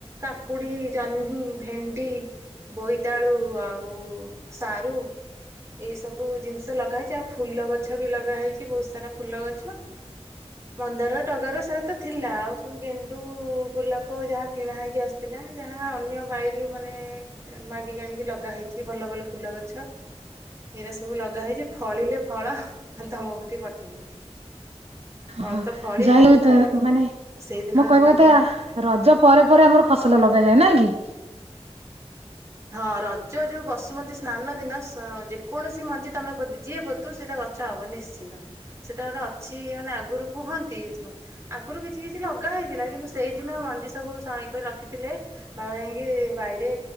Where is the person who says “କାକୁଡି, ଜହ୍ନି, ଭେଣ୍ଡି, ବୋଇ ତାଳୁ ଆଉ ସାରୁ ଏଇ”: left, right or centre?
Right